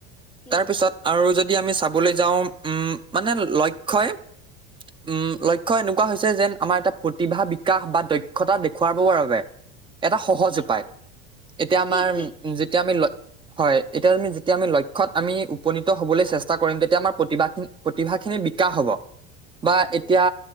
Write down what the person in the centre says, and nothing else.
হুম,
ঠিক,
ঠিক,
ঠিক, ঠিক, ঠিক,
হুম,